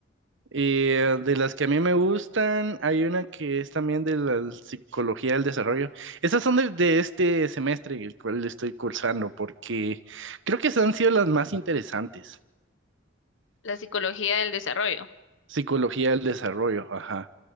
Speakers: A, on the right (about 65°); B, on the left (about 65°).
A: Y eh, de las que a mí me gustan, hay una que es también de la psicología del desarrollo. Esas son de, de este semestre, el cual estoy cursando, porque creo que esas han sido las más interesantes.
B: La psicología del desarrollo.
A: Psicología del desarrollo, ajá.